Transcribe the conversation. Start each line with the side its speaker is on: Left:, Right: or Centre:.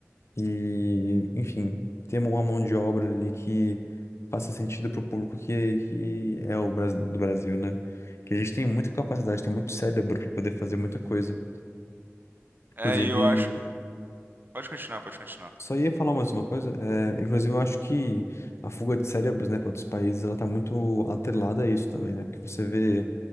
Left: E, enfim, ter uma mão de obra ali que faça sentido pro público que, que é o Brasil, do Brasil, né? Que a gente tem muita capacidade, tem muito cérebro pra poder fazer muita coisa.
Right: É,
Left: Inclusive,
Right: e eu acho que. Pode continuar, pode continuar.
Left: Só ia falar mais uma coisa. É, inclusive, eu acho que a fuga de cérebros, né, para outros países, ela tá muito atrelada a isso também, né? Que você vê